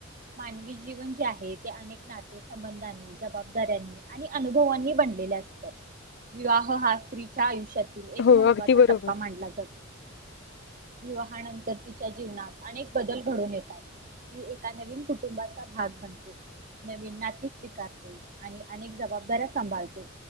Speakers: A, on the right; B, on the left.
A: मानवी जीवन जे आहे ते अनेक नाते. संबंधांनी जबाबदाऱ्यां आणि अनुभवांनी बनलेले असतात. विवाह हा स्त्रीच्या आयुष्यातील एक
B: हो
A: महत्त्वाचा
B: अगदी बरोबर
A: टप्पा मांडला जातो. विवाहानंतर तिच्या जीवनात अनेक बदल घडून येतात. ही एका नवीन कुटुंबाचा भाग म्हनते नवीन नाट्य स्वीकारते. आणि अनेक जबाबदाऱ्या सांभाळते.